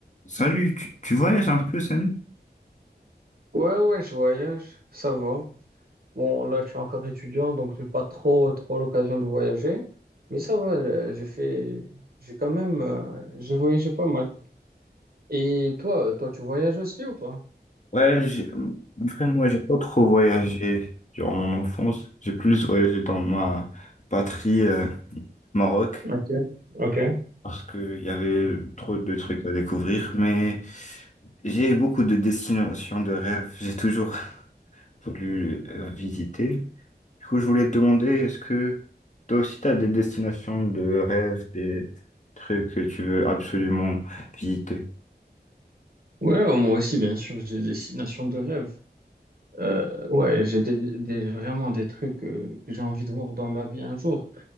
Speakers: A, on the left; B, on the right.
A: Salut, tu, tu voyages un peu, Samy?
B: Ouais, ouais, je voyage, ça va. Bon, là, je suis encore étudiant, donc j'ai pas trop, trop l'occasion de voyager. Mais ça va, euh, j'ai fait, j'ai quand même, euh, j'ai voyagé pas mal. Et toi, euh, toi, tu voyages aussi ou pas?
A: Ouais, j'ai- vraiment, moi j'ai pas trop voyagé durant mon enfance. J'ai plus voyagé dans ma patrie, euh, Maroc,
B: Ok, ok.
A: parce qu'il y avait trop de trucs à découvrir. Mais j'ai beaucoup de destinations de rêve. J'ai toujours <laughs> voulu euh, visiter. Du coup, je voulais te demander, est-ce que toi aussi, tu as des destinations de rêve, des trucs que tu veux absolument visiter?
B: Ouais, oh, moi aussi, bien sûr, j'ai des destinations de rêve. Euh, ouais, j'ai des, des- vraiment des trucs euh, que j'ai envie de voir dans ma vie un jour.